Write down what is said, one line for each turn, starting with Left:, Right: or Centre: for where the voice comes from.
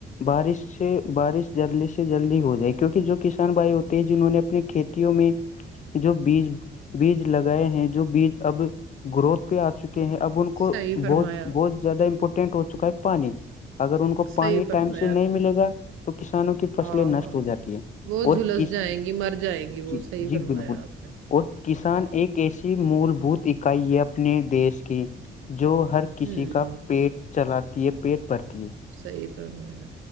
Left: بارش سے بارش جلدی سے جلدی ہو جائے کیونکہ جو کسان بھائی ہوتے ہیں جنہوں نے اپنی کھیتی میں جو بیج بیج لگائے ہیں جو بیج اب گروتھ پہ آ چکے ہیں اب ان کو
Right: صحیح فرمایا
Left: بہت
Right: آپ
Left: بہت
Right: نے
Left: زیادہ امپورٹینٹ ہو چکا ہے پانی اگر ان کو
Right: صحیح
Left: پانی
Right: فرمایا
Left: ٹائم سے نہیں
Right: آپ نے
Left: ملے گا تو کسانوں کی فصلیں
Right: ہاں
Left: نشٹ
Right: ہاں
Left: ہو جاتی ہے
Right: وہ جھلس
Left: اور کس
Right: جائیں گی مر جائیں گی وہ
Left: جی
Right: صحیح
Left: جی
Right: فرمایا
Left: بالکل
Right: آپ نے
Left: اور کسان ایک ایسی مول بھوت اکائی ہے اپنے دیش کی جو ہر کسی
Right: ہوں
Left: کا پیٹ چلاتی ہے پیٹ بھرتی ہے
Right: صحیح فرمایا